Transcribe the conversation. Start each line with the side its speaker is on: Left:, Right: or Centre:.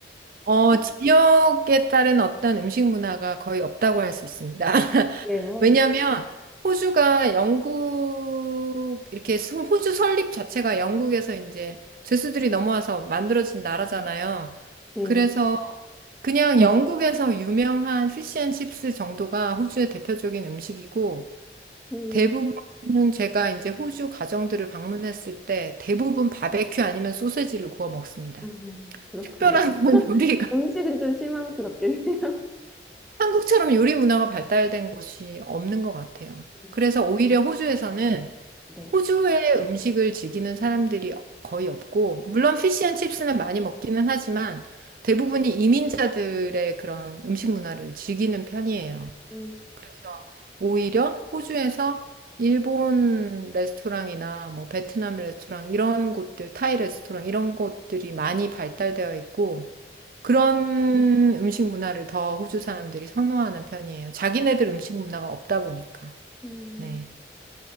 Right: 어, 지역에 따른 어떤 음식 문화가 거의 없다고 할 수 있습니다.
Centre: 아,
Right: <laughs>
Centre: 그래요?
Right: 왜냐하면 호주가 영국, 이렇게 소- 호주 설립 자체가 영국에서 이제 죄수들이 넘어와서 만들어진 나라잖아요.
Centre: 네.
Right: 그래서 그냥 영국에서 유명한 피시앤칩스 정도가 호주의 대표적인 음식이고
Centre: 음,
Right: 대부분은 제가 이제 호주 가정들을 방문했을 때 대부분 바베큐 아니면 소세지를 구워 먹습니다.
Centre: 아, 그렇군요.
Right: 특별한 <laughs> 건 요리가처럼
Centre: 음식은 좀 실망스럽긴 해요.
Right: 한국처럼 요리 문화가 발달된 곳이 없는 것 같아요.
Centre: <laughs>
Right: 그래서 오히려 호주에서는
Centre: 네.
Right: 호주의 음식을 즐기는 사람들이 거의 없고, 물론 피시앤칩스는 많이 먹기는 하지만 대부분이 이민자들의 그런 음식 문화를 즐기는 편이에요.
Centre: 음,
Right: 그래서 오히려 호주에서 일본 레스토랑이나 뭐 베트남 레스토랑 이런 곳들, 타이 레스토랑 이런 곳들이 많이 발달되어 있고, 그런 음식 문화를 더 호주 사람들이 선호하는 편이에요. 자기네들 음식 문화가 없다 보니까.
Centre: 음,
Right: 네.